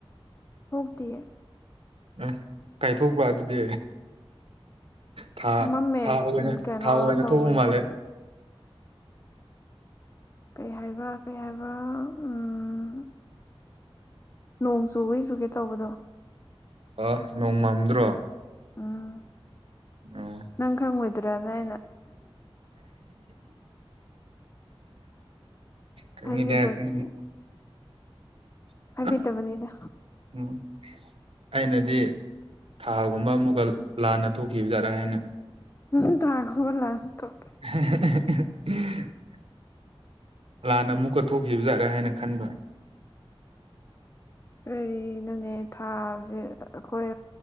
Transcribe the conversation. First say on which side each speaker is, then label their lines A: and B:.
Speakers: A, on the left; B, on the right.
A: ꯊꯣꯛꯇꯤꯌꯦ
B: ꯎꯝ ꯀꯩꯊꯣꯛꯄ꯭ꯔꯥ ꯑꯗꯨꯗꯤ ꯊꯥ
A: ꯃꯝꯃꯦ
B: ꯊꯥ ꯑꯣꯏꯅ
A: ꯎꯝ ꯀꯩꯅꯣ
B: ꯊꯥ ꯑꯣꯏꯅ
A: ꯇꯧꯋꯦꯀꯣ
B: ꯊꯣꯛꯄ ꯃꯥꯜꯂꯦ
A: ꯀꯩ ꯍꯥꯏꯕ ꯀꯩ ꯍꯥꯏꯕ ꯎꯝ ꯅꯣꯡ ꯆꯨꯒꯦ ꯆꯨꯒꯦ ꯇꯧꯕꯗꯣ
B: ꯑꯥ ꯅꯣꯡ ꯃꯝꯗ꯭ꯔꯣ
A: ꯎꯝ
B: ꯑꯣ
A: ꯅꯪ ꯈꯪꯉꯣꯏꯗ꯭ꯔꯅ ꯑꯩꯅ
B: ꯈꯪꯉꯤꯗ
A: ꯍꯥꯏꯕꯤꯗꯕꯁꯤ
B: ꯈꯪꯉꯤꯗ <inaudible>
A: ꯍꯥꯏꯕꯤꯗꯕꯅꯤꯗ
B: ꯎꯝ ꯑꯩꯅꯗꯤ ꯊꯥꯒꯨꯝꯕ ꯑꯃꯨꯛꯀ ꯂꯥꯟꯅ ꯊꯣꯛꯈꯤꯕ ꯖꯥꯔꯥ ꯍꯥꯏꯅ
A: ꯎꯝ <unintelligible>
B: <unintelligible> ꯂꯥꯟꯅ ꯑꯃꯨꯛꯀ ꯊꯣꯛꯈꯤꯕ ꯖꯥꯠꯔꯥ ꯍꯥꯏꯅ ꯈꯟꯕ
A: ꯀꯔꯤꯅꯣꯅꯦ ꯊꯥꯁꯦ ꯑꯩꯈꯣꯏ